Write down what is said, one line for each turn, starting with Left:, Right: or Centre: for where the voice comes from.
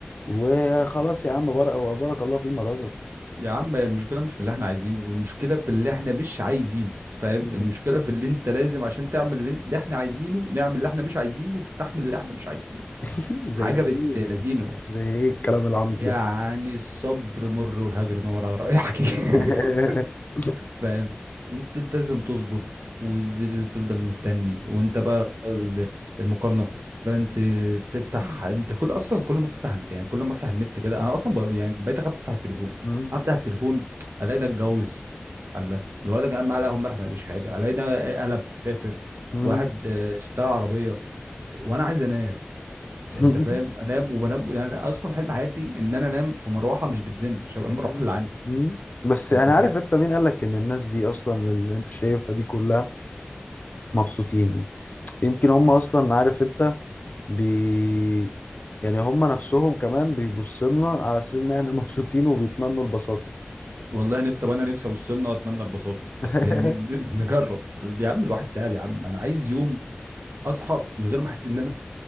Left: وخلاص يا عم بارك وبارك الله فيما رزق
Right: يا عم المشكله مش في اللي احنا عايزينه والمشكله في اللي احنا مش عايزينه فاهم
Left: مم.
Right: المشكله في اللي انت لازم عشان تعمل اللي إنت- اللي احنا عايزينه نعمل اللي احنا مش عايزينه وتستحمل اللي احنا مش عايزينه
Left: <laughs>
Right: حاجه
Left: زي ايه
Right: بت لذينه
Left: زي ايه الكلام العميق
Right: يعني
Left: ده
Right: الصبر مر والهجر نور على رأي حكي <laughs>
Left: <laughs>
Right: فاهم انت انت لازم تصبر وتفضل مستني وانت بقى ال- المقارنه فانت تفتح انت كل اصلا كل ما افتح يعني كل ما افتح النت كده انا اصلا ب... يعني بقيت اخاف افتح التليفون
Left: مم.
Right: افتح التليفون الاقي ده اتجوز الله الولد ده كان معاه قهوه امبارح ما قاليش حاجه الاقي ده قلب سافر
Left: مم.
Right: واحد آه، اشترى عربيه وانا عايز انام
Left: <laughs>
Right: انت فاهم انام وبنام يعني انا اصلا حلم حياتي ان انا انام في مروحه مش بتزن شبه المروحه
Left: مم.
Right: اللي عندي
Left: مم. بس
Right: انت
Left: يعني
Right: فاهم
Left: عارف انت مين قالك ان الناس دي اصلا اللي انت شايفها دي كلها مبسوطين يمكن هم اصلا عارف انت بي يعني هم نفسهم كمان بيبصوا لنا على اساس ان احنا مبسوطين وبيتمنوا البساطة
Right: والله نفسي طب انا نفسي ابص لنا واتمنى البساطه
Left: <laughs>
Right: بس يعني <laughs> نجرب يا عم الواحد تعب يا عم انا عايز يوم اصحى من غير ما احس ان انا